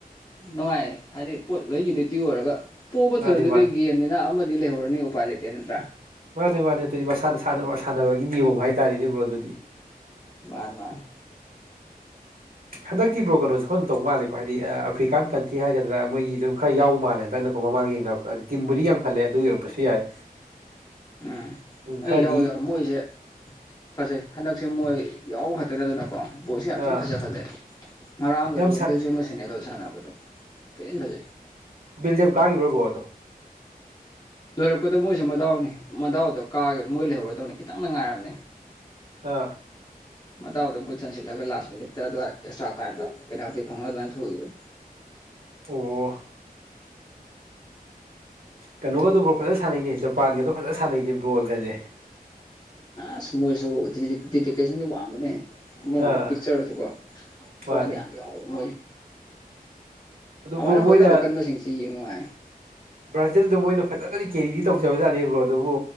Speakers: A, on the left; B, on the right.
A: ꯅꯨꯡꯉꯥꯏ ꯍꯥꯏꯗꯤ ꯄꯣꯠ ꯂꯣꯏ ꯌꯨꯅꯤꯇꯤ ꯑꯣꯏꯔꯒ ꯄꯣꯕ
B: ꯃꯥꯅꯦ
A: ꯊꯣꯏꯕ ꯑꯗꯨꯗꯤ
B: ꯃꯥꯅꯦ
A: ꯒꯦꯝ ꯒꯦꯝꯅꯤꯅ ꯑꯃꯗꯤ ꯂꯩ ꯍꯧꯔꯅꯤ ꯎꯄꯥꯥꯏ ꯂꯩꯇꯦ ꯅꯠꯇ꯭ꯔꯥ
B: ꯃꯥꯅꯦ ꯃꯥꯅꯦ ꯑꯗꯨꯗꯤ ꯃꯁꯥ ꯃꯁꯥꯅ ꯁꯥꯟꯅꯕꯒꯤ ꯅꯤꯌꯣꯝ ꯍꯥꯏꯇꯥꯔꯅꯦ ꯕ꯭ꯔꯣ ꯑꯗꯨꯗꯤ
A: ꯃꯥꯅꯦ ꯃꯥꯅꯦ
B: ꯍꯟꯗꯛꯇꯤ ꯕ꯭ꯔꯣ ꯀꯩꯅꯣꯁꯦ ꯈꯔꯗꯨꯝ ꯇꯧꯃꯥꯂꯦꯀꯣ ꯍꯥꯏꯗꯤ ꯑꯐ꯭ꯔꯤꯀꯥꯟ ꯀꯟꯇ꯭ꯔꯤ ꯍꯥꯏꯒꯗ꯭ꯔꯥ ꯃꯣꯏꯒꯤ ꯁꯨꯝ ꯈꯔ ꯌꯥꯎꯕ ꯃꯥꯜꯂꯦ ꯍꯟꯗꯛꯅꯀꯣ ꯃꯃꯥꯡ ꯌꯦꯡꯅꯕꯗꯣ ꯑꯗꯨꯗꯤ ꯇꯤꯝꯕꯨꯗꯤ ꯌꯥꯝ ꯈꯠꯂꯦ ꯑꯗꯨꯒꯤ ꯑꯣꯏꯔꯝꯕꯁꯨ ꯌꯥꯏ
A: ꯎꯝ
B: ꯎꯝ
A: ꯑꯩ
B: ꯈꯔꯗꯤ
A: ꯌꯥꯎꯏꯤ ꯌꯥꯎꯏ ꯃꯣꯏꯁꯦ ꯐꯖꯩ ꯍꯟꯗꯛꯁꯦ ꯃꯣꯏ ꯌꯥꯎꯕ ꯈꯛꯇ ꯅꯠꯇꯅ ꯀꯣ ꯕꯣꯜꯁꯦ ꯌꯥꯝ ꯊꯤꯅ
B: ꯑꯥ
A: ꯐꯖꯈꯠꯂꯛꯑꯦ ꯉꯔꯥꯡꯒꯗꯣ
B: ꯌꯥꯝ ꯁꯥ
A: ꯕꯦꯜꯖꯝꯒ ꯁꯩꯅꯦꯒꯜꯒ ꯁꯥꯟꯅꯕꯗꯣ ꯊꯤ ꯐꯖꯩ
B: ꯕꯦꯜꯖꯤꯑꯝ ꯀꯥꯈꯤꯕ꯭ꯔꯕꯣ ꯕ꯭ꯔꯣ ꯑꯗꯨ
A: ꯂꯣꯏꯔꯛꯄꯗ ꯃꯣꯏꯁꯨ ꯃꯗꯥꯎꯅꯤ ꯃꯗꯥꯎꯗꯣ ꯀꯥꯈꯤꯕꯅꯤ ꯃꯣꯏ ꯂꯩꯍꯧꯔꯗꯧꯅꯤ ꯈꯤꯇꯪꯗ ꯉꯥꯏꯔꯕꯅꯤ
B: ꯑꯥ
A: ꯃꯗꯥꯎꯗ ꯃꯣꯏ ꯆꯟꯁꯤꯜꯂꯒ ꯂꯥꯁ ꯃꯤꯅꯤꯠꯇ ꯑꯗꯨꯋꯥꯏ ꯑꯦꯁꯇ꯭ꯔꯥ ꯇꯥꯏꯝꯗ ꯄꯦꯅꯥꯏꯜꯇꯤ ꯐꯪꯉꯒ ꯑꯗꯨꯃꯥꯏꯅ ꯊꯣꯛꯏꯈꯤꯕꯅꯦ
B: ꯑꯣ ꯀꯩꯅꯣꯒꯗꯣ ꯕ꯭ꯔꯣ ꯐꯖ ꯁꯥꯟꯅꯩꯅꯦ ꯖꯄꯥꯟꯒꯗꯣ ꯐꯖꯅ ꯁꯥꯟꯅꯩꯅꯦ ꯕꯣꯜꯒꯁꯦ
A: ꯑꯁ ꯃꯣꯏꯁꯨ ꯗꯤ <unintelligible> ꯋꯥꯡꯕꯅꯦꯍꯦ ꯑꯃꯔꯣꯝꯗ
B: ꯑꯥ
A: ꯄꯤꯛꯆꯔꯁꯨ ꯀꯣ ꯊꯋꯥꯏꯗꯤ
B: ꯃꯥꯅꯦ
A: ꯌꯥꯝ ꯌꯥꯎꯕꯅꯤ
B: ꯑꯗꯨ
A: ꯑꯗꯨꯃꯥꯏꯅ
B: ꯕ꯭ꯔꯣ ꯃꯣꯏꯅ
A: ꯍꯣꯠꯅꯕ ꯀꯟꯕꯁꯤꯡꯁꯤ ꯌꯦꯡꯕ ꯅꯨꯡꯉꯥꯏ
B: ꯕ꯭ꯔꯥꯖꯤꯜꯗꯣ ꯃꯣꯏꯅ ꯐꯖꯅꯗꯤ ꯀꯦꯔꯤꯗꯤ ꯇꯧꯖꯕꯖꯥꯅꯦ ꯕ꯭ꯔꯣ ꯑꯗꯨꯕꯨ